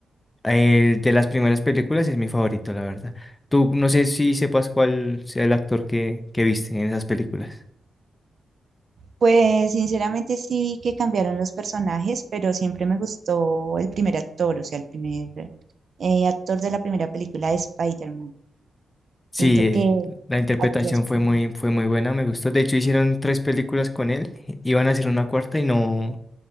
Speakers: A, on the left; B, on the right.
A: Eh, de las primeras películas es mi favorito, la verdad. Tú no sé si sepas cuál sea el actor que, que viste en esas películas.
B: Pues sinceramente sí vi que cambiaron los personajes, pero siempre me gustó el primer actor, o sea, el primer eh, actor de la primera película de Spider-Man.
A: Sí,
B: Siento
A: eh,
B: que
A: la interpretación
B: actuó súper
A: fue muy,
B: bien.
A: fue muy buena, me gustó. De hecho, hicieron tres películas con él, iban a hacer una cuarta y no,